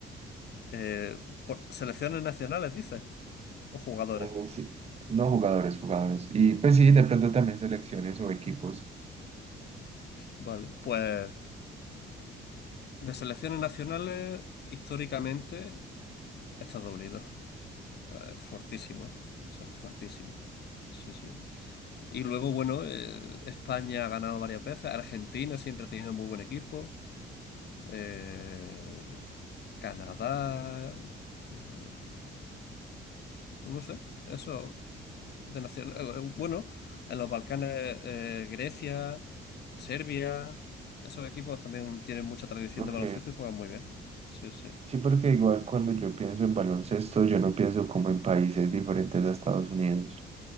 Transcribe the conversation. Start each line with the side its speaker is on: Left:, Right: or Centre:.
Left: Eh, por- selecciones nacionales, dices, o jugadores.
Right: Eh, sí, no jugadores, jugadores. Y pues sí, de pronto también selecciones o equipos.
Left: Vale, pues de selecciones nacionales, históricamente, Estados Unidos. Eh, fortísimo. Son fortísimos. Sí, sí. Y luego, bueno, eh, España ha ganado varias veces. Argentina siempre ha tenido muy buen equipo. Eh, Canadá. eh, no sé. Eso. de nacion- eh, eh, bueno, en los Balcanes, eh, Grecia, Serbia, esos equipos también tienen mucha tradición
Right: Ok,
Left: de baloncesto y juegan muy bien. Sí, sí.
Right: sí, porque igual cuando yo pienso en baloncesto, yo no pienso como en países diferentes a Estados Unidos.